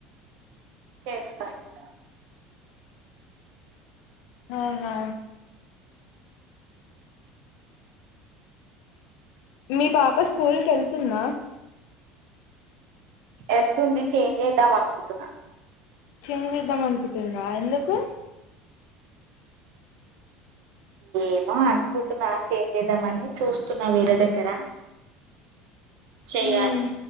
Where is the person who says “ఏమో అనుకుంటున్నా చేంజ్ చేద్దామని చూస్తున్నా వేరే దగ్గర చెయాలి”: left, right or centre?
Right